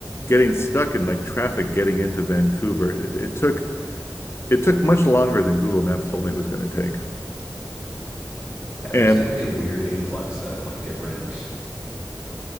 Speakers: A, on the left; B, on the right.
A: getting stuck in like traffic getting into Vancouver. It, it took it took much longer than Google Maps told me it was going to take.
B: Yeah,
A: And
B: there's definitely a weird influx of like different,